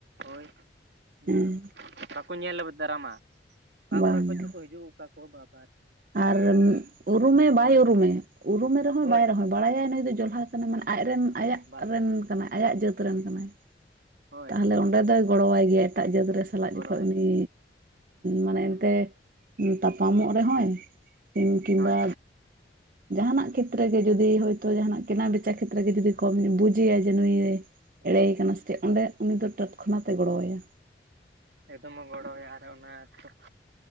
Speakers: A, on the right; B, on the right.
A: ᱦᱳᱭ ᱢᱟᱱᱮ
B: ᱦᱮᱸ
A: ᱵᱟᱠᱚ ᱧᱮᱞ ᱫᱟᱨᱟᱢᱟ ᱚᱠᱟ
B: ᱵᱟᱝᱜᱮ
A: ᱠᱚᱨᱮ ᱠᱷᱚᱡ ᱪᱩᱠᱚ ᱦᱤᱡᱩᱜ ᱚᱠᱟ ᱠᱚᱦᱚᱸ ᱵᱟ
B: ᱟᱨ ᱩᱨᱩᱢᱮ
A: ᱦᱚᱲ
B: ᱵᱟᱭ ᱩᱨᱩᱢᱮ ᱩᱨᱩᱢᱮ ᱨᱮᱦᱚᱸ
A: ᱦᱳᱭ
B: ᱵᱟᱭ ᱨᱮᱦᱚᱭ ᱵᱟᱲᱟᱭᱟᱭ ᱱᱩᱭ ᱫᱚ ᱡᱚᱞᱦᱟ ᱠᱟᱱᱟᱭ ᱢᱟᱱᱮ ᱟᱡᱨᱮᱱ ᱟᱭᱟᱜ
A: ᱵᱟᱭ
B: ᱨᱮᱱ ᱠᱟᱱᱟᱭ ᱟᱭᱟᱜ ᱡᱟᱹᱛ ᱨᱮᱱ ᱠᱟᱱᱟᱭ
A: ᱦᱳᱭ
B: ᱛᱟᱦᱚᱞᱮ ᱚᱸᱰᱮ ᱫᱚᱭ ᱜᱚᱲᱚᱣᱟᱭ ᱜᱮᱭᱟ ᱮᱴᱟᱜ ᱡᱟᱹᱛ ᱨᱮ ᱥᱟᱞᱟᱜ
A: ᱜᱚᱲᱚᱣᱟᱭ
B: ᱡᱚᱠᱷᱚᱜ ᱩᱱᱤ
A: ᱜᱮᱭᱟ
B: ᱢᱟᱱᱮ ᱮᱱᱛᱮ ᱛᱟᱯᱟᱢᱚᱜ ᱨᱮᱦᱚᱸᱭ ᱤᱧ ᱠᱤᱝᱵᱟ
A: ᱦᱳᱭ
B: ᱡᱟᱦᱟᱱᱟᱜ ᱠᱷᱮᱛᱨᱮ ᱜᱮ ᱡᱩᱫᱤ ᱦᱳᱭᱛᱚ ᱡᱟᱦᱟᱱᱟᱜ ᱠᱮᱱᱟᱝ ᱵᱮᱪᱟ ᱠᱷᱮᱛᱨᱮ ᱜᱮ ᱡᱩᱫᱤ ᱠᱚᱢ ᱵᱩᱡᱮᱭᱟ ᱡᱮ ᱱᱩᱭ ᱮᱲᱮᱭᱮ ᱠᱟᱱᱟ ᱥᱮᱪᱮᱫ ᱚᱸᱰᱮ ᱩᱱᱤ ᱫᱚ ᱴᱚᱴ ᱠᱷᱚᱱᱟᱜᱛᱮᱭ ᱜᱚᱲᱚ ᱟᱭᱟ
A: ᱮᱠᱫᱚᱢᱮ ᱜᱚᱲᱚᱟᱭᱟ ᱟᱨ ᱚᱱᱟ ᱠᱩ